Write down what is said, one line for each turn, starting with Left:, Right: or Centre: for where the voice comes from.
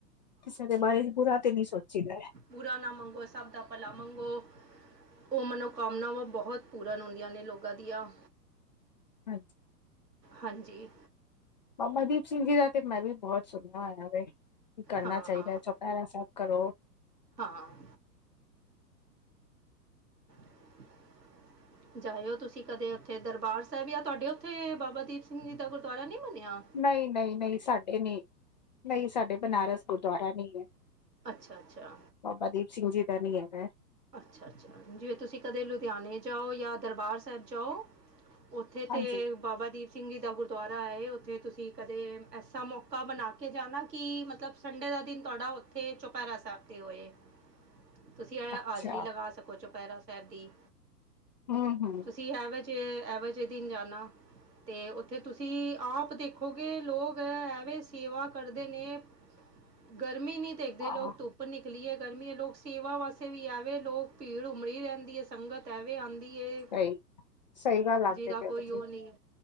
Left: ਕਿਸੇ ਦੇ ਬਾਰੇ ਚ ਬੁਰਾ ਤੇ ਨਹੀਂ ਸੋਚੀਦੈ
Right: ਬੂਰਾ ਨਾ ਮੰਗੋ ਸਭ ਦਾ ਭਲਾ ਮੰਗੋ ਉਹ ਮਨੋਕਾਮਨਾਵਾਂ ਬਹੁਤ ਪੂਰਨ ਹੁੰਦੀਆਂ ਨੇ ਲੋਕਾਂ ਦੀਆਂ।
Left: ਹਾਂਜੀ।
Right: ਹਾਂਜੀ।
Left: ਬਾਬਾ ਦੀਪ ਸਿੰਘ ਜੀ ਦਾ ਤੇ ਮੈਂ ਵੀ ਬਹੁਤ ਸੁਣਿਆ ਹੋਇਆ ਕੀ ਕਰਨਾ
Right: ਹਾਂ
Left: ਚਾਹੀਦਾ
Right: ਹਾਂ
Left: ਚ ਪੈਰਾ ਸਭ ਕਰੋ।
Right: ਹਾਂ। <unintelligible> ਜਾਇਓ ਤੁਸੀਂ ਕਦੇ ਉੱਥੇ ਦਰਬਾਰ ਸਾਹਿਬ ਜਾਂ ਤੁਹਾਡੇ ਉੱਥੇ ਬਾਬਾ ਦੀਪ ਸਿੰਘ ਜੀ ਦਾ ਗੁਰਦੁਆਰਾ ਨਹੀਂ ਬਨੇਆ?
Left: ਨਹੀਂ, ਨਹੀਂ, ਨਹੀਂ ਸਾਡੇ ਨਹੀਂ-ਨਹੀਂ ਸਾਡੇ ਬਨਾਰਸ ਗੁਰਦੁਆਰਾ ਨਹੀਂ ਹੈ।
Right: ਅੱਛਾ-ਅੱਛਾ
Left: ਬਾਬਾ ਦੀਪ ਸਿੰਘ ਜੀ ਦਾ ਨੀ ਹੈਗਾ
Right: ਅੱਛਾ-ਅੱਛਾ ਜਿਵੇਂ ਤੁਸੀਂ ਕਦੇ ਲੁਧਿਆਣੇ ਜਾਓ ਜਾਂ ਦਰਬਾਰ ਸਾਹਿਬ ਜਾਓ। ਉੱਥੇ ਤੇ
Left: ਹਾਂਜੀ
Right: ਬਾਬਾ ਦੀਪ ਸਿੰਘ ਜੀ ਦਾ ਗੁਰਦੁਆਰਾ ਹੈ ਉੱਥੇ ਤੁਸੀਂ ਕਦੇ ਐਸਾ ਮੌਕਾ ਬਣਾ ਕੇ ਜਾਣਾ ਕਿ ਮਤਲਬ ਸੰਡੇ ਦਾ ਦਿਨ ਤੁਆਡਾ ਉੱਥੇ ਈ ਚੌਪਹਿਰਾ ਸਾਹਿਬ ਤੇ ਹੋਏ ਤੁਸੀਂ
Left: ਅੱਛਾ
Right: ਹਾਜ਼ਰੀ ਲਗਾ ਸਕੋ ਚੁਪਹਿਰਾ ਸਾਹਿਬ ਦੀ।
Left: ਹੂ-ਹੂ
Right: ਤੁਸੀਂ ਔਵਜੇ-ਐਵਜੇ ਦਿਨ ਜਾਣਾ। ਤੇ ਉੱਥੇ ਤੁਸੀਂ ਆਪ ਦੇਖੋਗੇ ਲੋਕ ਐਵੇਂ ਸੇਵਾ ਕਰਦੇ ਨੇ। ਗਰਮੀ ਨੀ ਦੇਖਦੇ
Left: ਹਾਂ
Right: ਲੋਕ ਧੁੱਪ ਨਿਕਲੀ ਹੈ ਗਰਮੀ ਹੈ ਲੋਕ ਸੇਵਾ ਵਾਸਤੇ ਵੀ ਐਵੇਂ ਲੋਕ ਭੀੜ ਉਮਰੀ ਰਹਿੰਦੀ ਹੈ ਸੰਗਤ ਐਵੇਂ ਆਉਂਦੀ ਕੇ
Left: ਸਹੀ ਸਹੀ ਗੱਲ ਲੱਗਦੇ
Right: ਜਿਹਦਾ
Left: ਪਏ ਹੋ
Right: ਕੋਈ
Left: ਤੁਸੀਂ
Right: ਉਹ ਨੀ।